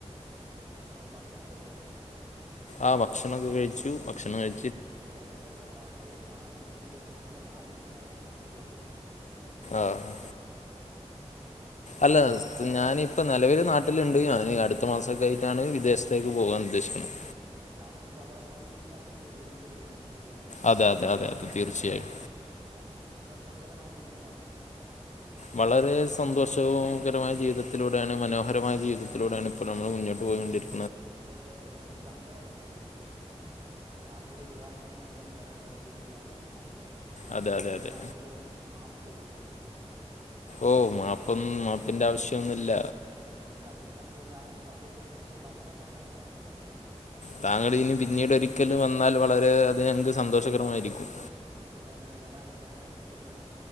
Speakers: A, on the right; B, on the left.
A: ആ ഭക്ഷണം കഴിച്ചോ?
B: ആ ഭക്ഷണംൊക്കെ കഴിച്ചു. ഭക്ഷണം കഴി
A: എവിടേണ്പ്പോ താങ്കൾ താമസിക്കുന്നത്. താങ്കളുടെ നാട്ടിലില്ല എന്ന് പറഞ്ഞു കേട്ടു. എവിടെയണിപ്പോ
B: ആ
A: സ്
B: അല്ല ഞാനിപ്പം നിലവിൽ നാട്ടിലുണ്ട് ഞാന് അടുത്ത മാസംക്കെ ആയിട്ടാണ് വിദേശത്തേക്ക് പോകാൻ ഉദ്ദേശിക്കുന്നത്.
A: താങ്കളും പ്രവാസ ജീവിതത്തിലാണ് ഇപ്പോ ജീവിച്ചുകൊണ്ടിരിക്കുന്നത് അല്ലെ
B: അതെ അതെ അതെ അതെ തീർച്ചയായും.
A: തേകരമായ ജീവിതമാണോ?
B: വളരെ സന്തോഷകരമായ ജീവിതത്തിലൂടെയാണ് മനോഹരമായ ജീവിതത്തിലൂടെയാണ് ഇപ്പോൊ നമ്മൾ മുന്നോട്ട് പോയ്കൊണ്ടിരിക്കുന്നത്.
A: പക്ഷേ എനിക്കൊരു സങ്കടമുണ്ട്. താങ്കളുടെ വിവാഹത്തിന് എനിക്ക് വരാൻ പറ്റിയിട്ടില്ല എന്നുള്ളത്
B: അതെ
A: ഞാൻ
B: അതെ
A: അതിന്
B: അതെ
A: താങ്കളോട് മാപ്പ് ചോദിക്കുന്നു.
B: ഓ മാപ്പൊന്നും മാപ്പിന്റെ ആവശ്യോന്നുല്ല.
A: അല്ല ഞമ്മള് തമ്മിലുള്ള ആ സൗഹൃദത്തിന്റെ ബന്ധം കൊണ്ടാണ് ഞാൻ അങ്ങനെ പറയാൻ കാരണം
B: താങ്കൾ ഇനും പിന്നീട് ഒരിക്കലും വന്നാൽ വളരെ അത് ഞങ്ങക്ക് സന്തോഷകരമായിരിക്കും.
A: ആയിക്കോട്ടെ ഞാൻ വരാമല്ലോ ടൈം ഉണ്ടല്ലോ